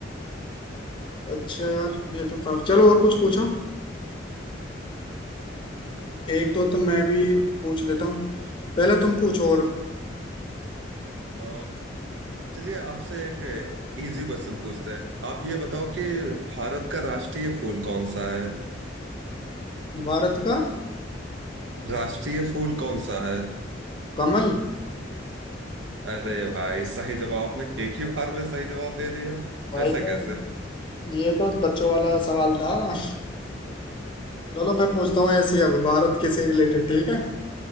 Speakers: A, on the left (about 25°); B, on the right (about 70°).
A: अच्छा यार ये तो काफी चलो और कुछ पूछो
B: अच्छा
A: एक
B: चलो
A: दो
B: आप
A: तो मैं भी
B: ये तो
A: पूछ लेता हूँ पहले तुम पूछो और
B: हाँ अ, चलिए आपसे एक इजी क्वेश्चन पूछते हैं आप ये बताओ कि भारत का राष्ट्रीय फूल कौन सा है
A: भारत का
B: राष्ट्रीय फूल कौन सा है
A: कमल
B: अरे भाई सही जवाब आपने एक ही बार में दे दिया
A: भाई
B: ऐसा
A: तो
B: कैसे
A: ये तो बच्चों वाला सवाल था <laughs> चलो मैं पूछता हूँ ऐसी अब भारत के से रिलेटेड ठीक है